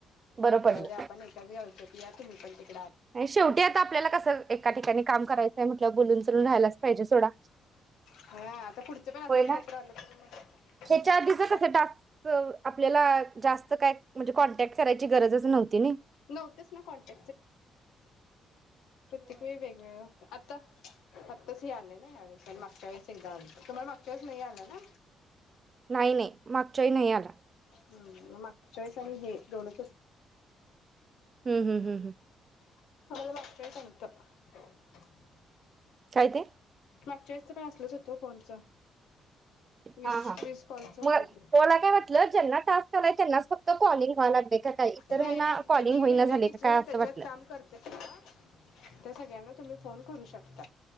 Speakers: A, on the right; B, on the left.
A: बरं पडलं
B: जाऊदे आपण एकच गावचे या तुम्ही पण तिकडे आत
A: शेवटी आता आपल्याला कसं एक एका ठिकाणी काम करायचय म्हटलं बोलून राहीलाच पाहिजे सोडा
B: हा आता पुढचं पण असलंच
A: होय ना
B: काहीतरी आलं तर मग
A: हेच्या आदीच
B: लाग
A: कस टास्क आपल्याला जास्त काय म्हणजे कॉन्टॅक्ट करायची गरजच नव्हती नाई
B: नव्हतेच ना कॉन्टॅक्ट प्रत्येक वेळी वेगवेगळं आता आत्ताच हे आलंय ना यावेेळेस आणि मागच्या वेळेस एकदा आलं तुम्हाला मागच्या वेळेस नाही आलं ना
A: नाही नाही मागच्याही नाही आला
B: हम् मग मागच्या वेळेस आणि हे दोनशार
A: हम्म हम्म हम्म हम्
B: <unintelligible>
A: काय ते
B: मागच्या वेळेसच पण असलच होतं फोनच वीस
A: हा हा
B: वीस कॉलच होतं
A: मग
B: ते
A: मला काय वाटलं ज्यांना तलाय त्यांना फक्तॉलिंग व्हा लाग का काय इतर
B: नाही
A: ह्यांना
B: नाही
A: कॉलिंग
B: त्यांनी
A: होईना
B: लिहिलंय
A: झाले
B: की
A: का
B: जे
A: काय असं
B: त्याच्यात
A: वाटलं.
B: काम करतेत ना तर सगळ्यांना तुम्ही फोन करू शकता....